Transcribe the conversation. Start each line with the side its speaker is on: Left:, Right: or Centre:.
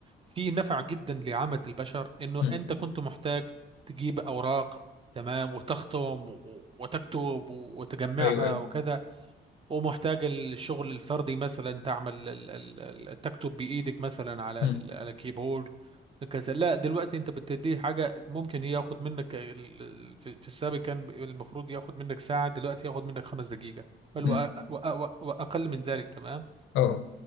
Right: في نفع جدا لعامة البشر انه
Left: م-
Right: انت كنت محتاج تجيب اوراق تمام وتختم و- وتكتب وتجمعها
Left: أيوه أيوه
Right: وكذا ومحتاج الشغل الفردي مثلا تعمل ال- ال- ال- تكتب بإيدك مثلا على
Left: م-
Right: ال- على كيبورد كذا لا دلوقتي انت بتديه حاجة ممكن هي ياخد منك ال- ال- في في السابق كان المفروض ياخد منك ساعة دلوقتي ياخد منك خمس دقيقة بل
Left: م.
Right: وأ- وأ- وأ- وأقل من ذلك تمام
Left: اه